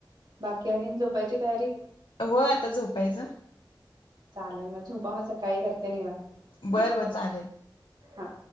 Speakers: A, on the right (about 60°); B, on the left (about 85°).
A: बाकी आणिक झोपायची तयारी?
B: व्हय आता झोपायच.
A: चालेल. म झोपा म. सकाळी करते निवांत.
B: बरं बरं चालेल.
A: हां.